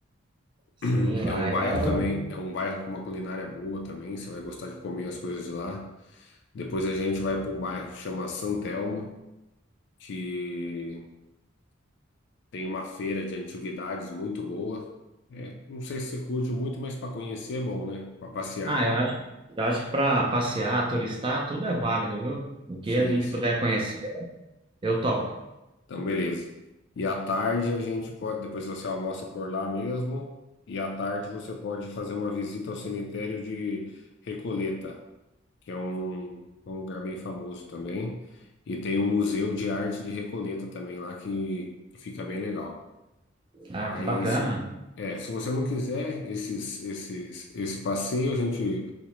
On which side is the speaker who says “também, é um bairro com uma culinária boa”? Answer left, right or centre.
Left